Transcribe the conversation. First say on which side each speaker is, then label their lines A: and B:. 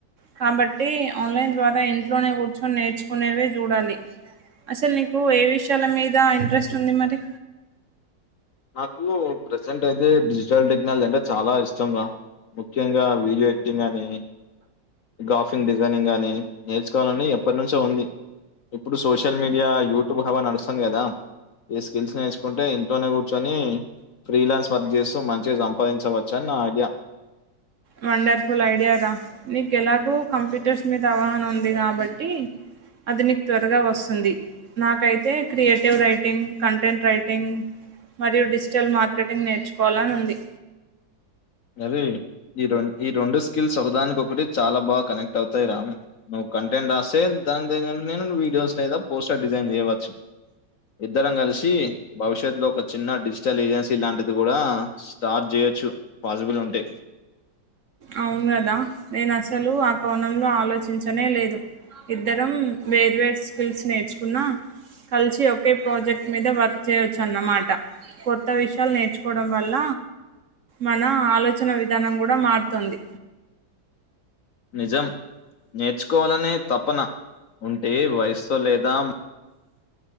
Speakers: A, on the right; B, on the left.
A: కాబట్టి ఆన్లైన్ ద్వార ఇంట్లోనే కూర్చొని నేర్చుకునేవే చూడాలి అసలు నీకు ఏ విషయాల మీద ఇంట్రెస్ట్ ఉంది మరి
B: నాకు ప్రజెంట్ అయితే డిజిటల్ టెక్నాలజీ అంటే చాల ఇష్టం రా ముఖ్యంగా వీడియో ఎడిటింగ్ అని గ్రాఫిక్ డిజైనింగ్ గాని నేర్చుకోవాలని ఎప్పటి నుంచో ఉంది ఇప్పుడు సోషల్ మీడియా యూట్యూబ్ హవా నడుస్తుంది కదా ఏ స్కిల్స్ నే <unintelligible> ఇంట్లోనే కూర్చొని ఫ్రీలాన్స్ వర్క్ చేస్తూ మంచిగా సంపాదించవచ్చు అని నా ఐడియా
A: వండర్‌ఫుల్ ఐడియా రా నీకు ఎలాగో కంప్యూటర్స్ మీద అవగాహన ఉంది కాబట్టి అది నీకు త్వరగా వస్తుంది నాకైతే క్రియేటివ్ రైటింగ్ కంటెంట్ రైటింగ్ మరియు డిజిటల్ మార్కెటింగ్ నేర్చుకోవాలని ఉంది
B: అరే ఈ రెం ఈ రెండు స్కిల్స్ ఒకదానికి ఒకటి చాల బాగా కనెక్ట్ అవుతాయిరా కంటెంట్ రాస్తే దాని తో నేను వీడియోస్ లేదా పోస్టర్ డిజైన్ చేయవచ్చు ఇద్దరం కలిసి భవిష్యత్ లో ఒక చిన్న డిజిటల్ ఏజెన్సీ లాంటిది కూడ స్టార్ట్ చేయొచ్చు పాసిబుల్ ఉంటే
A: అవును కదా నేను అసలు ఆ కోణంలో ఆలోచించనే లేదు ఇద్దరం వేర్వేరు స్కిల్స్ నేర్చుకున్న కలిసి ఒకే ప్రాజెక్ట్ మీద వర్క్ చేయొచ్చు అన్నమాట కొత్త విషయాలు నేర్చుకోవడం వల్ల మన ఆలోచన విధానం కూడ <unintelligible> తుంది
B: నిజం నేర్చుకోవాలనే తపన ఉంటే వయసుతో లేదా